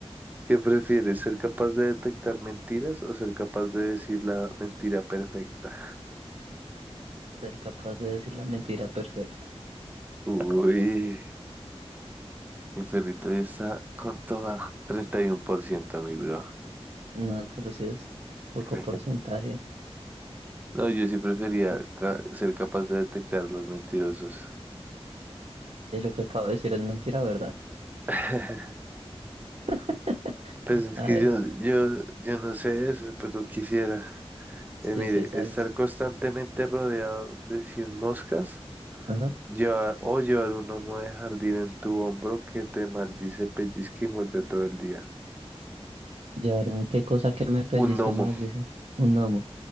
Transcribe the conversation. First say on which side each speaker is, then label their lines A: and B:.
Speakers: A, on the right; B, on the right.
A: ¿Qué prefieres, ser capaz de detectar mentiras o ser capaz de decir la mentira perfecta?
B: Ser capaz de decir la mentira perfecta.
A: Uy, mi perrito ya está con toda 31%, mi bro.
B: No, pero si es poco
A: <laughs>
B: porcentaje.
A: No, yo sí prefería
B: Ah,
A: ca- ser capaz de detectar los mentirosos.
B: Y lo que acabo de decir es mentira, ¿verdad?
A: <laughs>
B: <laughs>
A: Pues es
B: A
A: que
B: ver,
A: yo, yo, yo no sé eso, pero quisiera.
B: sí,
A: Eh, mire,
B: sí, exacto.
A: estar constantemente rodeado de 100 moscas,
B: Ajá.
A: llevar, o llevar un gnomo de jardín en tu hombro que te maldice, pellizca y muerde todo el día.
B: Llevar un qué cosa que me pellizque
A: Un gnomo,
B: mal, dice. Un gnomo.